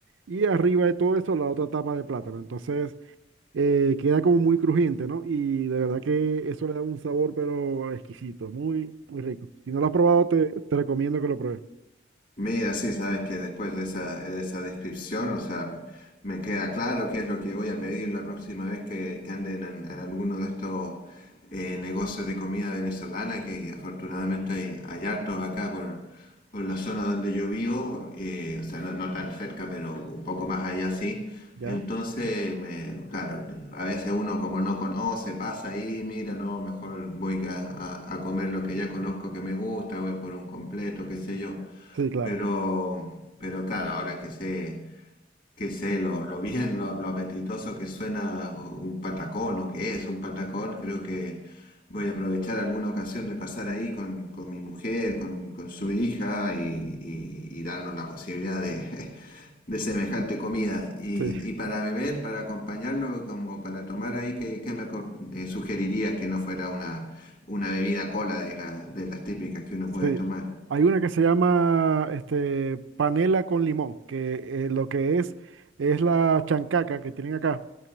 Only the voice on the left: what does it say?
Mira, sí, sabes que después de esa, de esa descripción, o sea, me queda claro qué es lo que voy a pedir la próxima vez que, que anden en, en alguno de estos eh, negocios de comida venezolana, que afortunadamente hay, hay hartos acá por, por la zona donde yo vivo, eh, o sea, no, no tan cerca, pero un poco más allá sí.
Entonces, me, claro, a veces uno como no conoce, pasa ahí, mira, no, mejor voy a, a a comer lo que ya conozco que me gusta, voy por un completo, qué sé yo.
Pero, pero claro, ahora que sé, que sé lo, lo bien, lo, lo apetitoso que suena o- un patacón o que es un patacón, creo que voy a aprovechar alguna ocasión de pasar ahí con, con mi mujer, con, con su hija y, y- y darnos la posibilidad de, <laughs> de semejante comida. Y,
y para beber, para acompañarlo, como para tomar ahí, ¿qué, qué me aco- eh, sugerirías que no fuera una, una bebida cola de, la- de las típicas que uno puede
tomar?